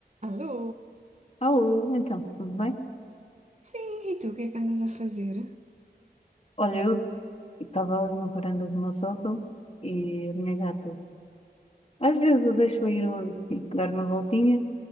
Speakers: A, on the right; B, on the left.
A: Alô?
B: Alô, então, tudo bem?
A: Sim, e tu, o que é que andas a fazer?
B: Olha, eu estava ali na varanda do meu sótão e a minha gata. Às vezes eu deixo ir ao- e dar uma voltinha